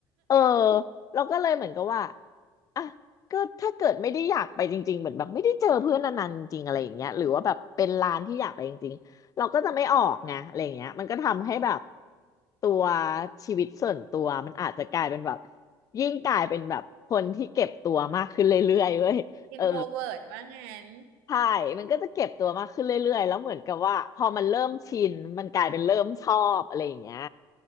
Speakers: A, on the left; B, on the right.
A: เออเราก็เลยเหมือนกับว่าอ่ะก็ถ้าเกิดไม่ได้อยากไปจริงๆเหมือนแบบไม่ได้เจอเพื่อนนานๆจริงๆอะไรอย่างเงี้ยหรือว่าแบบเป็นร้านที่อยากไปจริงๆเราก็จะไม่ออกไงอะไรอย่างเงี้ยมันก็ทำให้แบบตัวชีวิตส่วนตัวมันอาจจะกลายเป็นแบบยิ่งกลายเป็นแบบคนที่เก็บตัวมากขึ้นเรื่อยๆเว้ยเออ
B: introvert ว่างั้น
A: ใช่มันก็จะเก็บตัวมากขึ้นเรื่อยๆแล้วเหมือนกับว่าพอมันเริ่มชินมันกลายเป็นเริ่มชอบอะไรอย่างเงี้ย